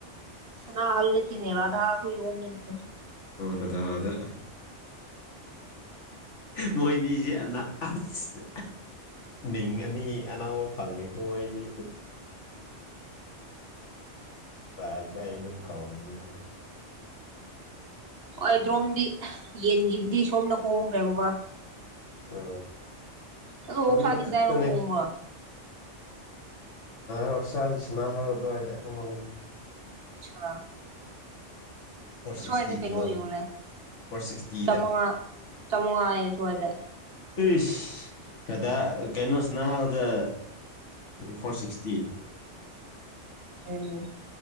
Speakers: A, on the right (about 55°); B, on the left (about 75°).
A: ꯁꯅꯥ ꯍꯜꯂꯇꯅꯦ ꯔꯥꯙꯥ ꯍꯣꯏꯏꯔꯣꯝ ꯅꯅꯦ
B: ꯃꯙꯥꯗ ꯃꯣꯏꯅꯤꯖꯦ ꯑꯅꯥ ꯑꯁ ꯃꯤꯡꯡ ꯑꯅꯤ ꯑꯅꯧꯕ ꯐꯪꯉꯦꯀꯣ ꯃꯣꯢ ꯑꯅꯤ ꯔꯥꯁꯗ ꯑꯩꯅ ꯀꯧꯔꯅꯤꯍ‌ꯦ
A: ꯑꯗ꯭ꯔꯣꯝꯗꯤ ꯌꯦꯟꯒꯤꯕꯨꯗꯤ ꯁꯣꯝꯗ ꯍꯣꯡꯈ꯭ꯔꯦꯕꯕ
B: ꯑ
A: ꯑꯗꯣ
B: ꯑꯗꯨꯗ
A: ꯑꯣꯛꯁꯥꯗꯤ
B: ꯈꯛꯇꯅꯦ
A: ꯀꯗꯥꯏꯔꯣꯝ ꯍꯣꯡꯕ꯭ꯔꯣ
B: ꯍꯛꯁꯥꯁꯦ ꯁꯅꯥꯍꯜꯂꯣ ꯑꯗꯨꯋꯥꯏꯗ ꯈꯔ ꯍꯣꯡꯏ
A: <unintelligible>
B: ꯐꯣꯔ
A: ꯑꯁꯨꯋꯥꯏꯗ
B: ꯁꯤꯛꯁꯇꯤꯗ
A: ꯀꯩꯅꯣ
B: ꯂꯧ
A: ꯌꯣꯜꯂꯦ
B: ꯐꯣꯔ ꯁꯤꯛꯁꯇꯤꯗ
A: ꯆꯃꯉꯥ ꯆꯃꯉꯥ ꯍꯥꯏꯌꯦ ꯑꯁꯨꯋꯥꯏꯗ
B: ꯍꯁ ꯔꯙꯥ ꯀꯩꯅꯣ ꯁꯥꯅꯍꯥꯟꯗ ꯐꯣꯔ ꯁꯤꯛꯁꯇꯤ
A: <unintelligible>